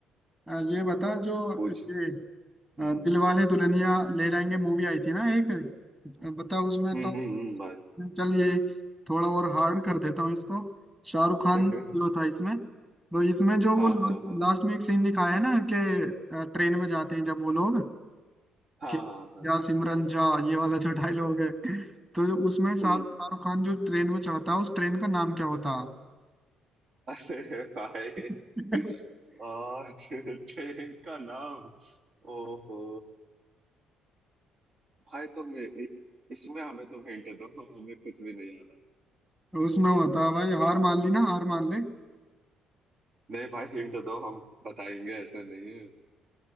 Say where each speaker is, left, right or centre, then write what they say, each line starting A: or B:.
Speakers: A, on the right; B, on the right.
A: अ, ये बता जो
B: पूछ
A: ये अ,
B: हम्म
A: दिलवाले दुल्हनिया ले जाएंगे मूवी आई थी ना एक अ, बता उसमें
B: हम्म
A: तो
B: हम्म हम्म, भाई
A: चल ये थोड़ा और हार्ड कर देता हूँ इसको शाहरुख खान हीरो
B: <laughs>
A: था इसमें तो इसमें जो
B: हाँ
A: वो लास्ट
B: हाँ हाँ
A: लास्ट में एक सीन दिखाया है ना कि अ, ट्रेन में जाते हैं जब वो लोग
B: हाँ
A: कि
B: हाँ हाँ
A: जा सिमरन जा ये वाला जो डायलॉग है तो जो उसमें
B: हम्म
A: शाहरुख शाहरुख खान जो ट्रेन में चढ़ता है उस ट्रेन का नाम क्या होता
B: अरे भाई
A: <laughs>
B: <laughs> आ ट्रेन का नाम ओहो भाई तुम इ- इसमें हमें तुम हिंट दो हमें कुछ भी नहीं आता
A: तो उसमें होता है भाई हार मान ली ना हार मान ले
B: नहीं भाई हिंट दो हम बताएंगे ऐसे नहीं है